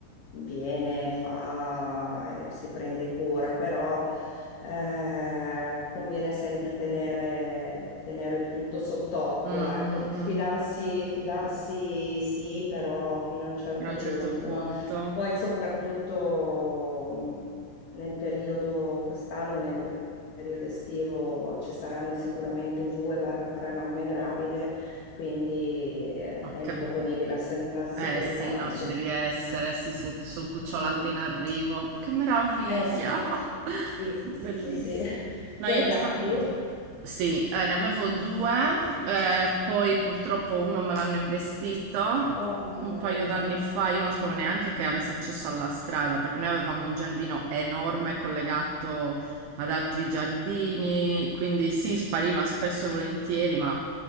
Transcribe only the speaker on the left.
viene, fa e si prende cura, però eh, conviene sempre tenere, tenere il tutto sott'occhio,
ecco, fidarsi,
fidarsi sì, però fino a un certo
punto,
no? Poi soprattutto mh, nel periodo, quest'anno, nel periodo estivo ci saranno sicuramente due barra tre mamme gravide, quindi eh,
è
improponibile
assentarsi
più di
tanto.
Sì.
Eh sì,
sì, sì,
sì, sì, sì. <laughs>
Tu
hai
gatti?
Oh mamma
mia,